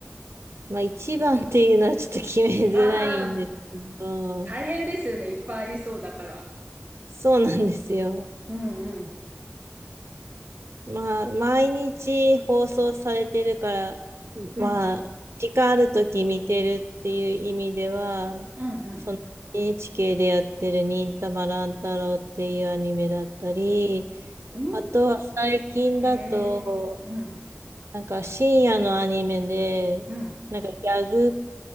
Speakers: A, on the right (about 80°); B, on the right (about 50°).
A: まあ、一番っていうのはちょっと決めづらいんですけど、
B: ああ大変ですよね。いっぱいありそうだから。
A: そうなんですよ。
B: うんうん。
A: まあ、毎日放送されてるから、
B: うん。
A: まあ、時間あるとき見てるっていう意味では、
B: うんうん。
A: その NHK でやってる忍たま乱太郎っていうアニメだったり、
B: うん
A: あとは最近だと、
B: へえうん、
A: なんか深夜のアニメで、
B: うん、
A: なんかギャグ